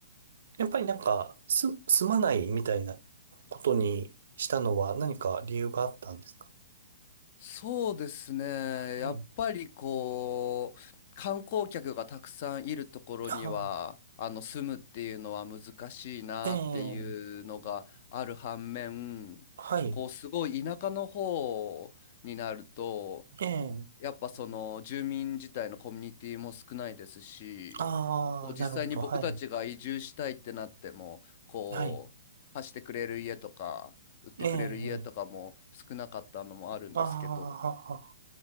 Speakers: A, on the right (about 70°); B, on the left (about 40°).
A: やっぱりなんかす住まないみたいなことにしたのは何か理由があったんですか
B: そうですね。
A: はい。
B: やっぱりこう、観光客がたくさんいるところには、
A: あ
B: あの、住むっていうのは難しいなっていうのがある反面、
A: あ、ええ、はい。
B: こう、すごい田舎の方になると、
A: ええ、
B: やっぱその住民自体のコミュニティも少ないですし、
A: ああ、
B: こう実際に僕たちが移住したいってなっても、
A: なるほど。はい。
B: こう、
A: はい。
B: 貸してくれる家とか、売ってくれる家とかも少なかったのもあるんですけど、
A: ええ、ああ、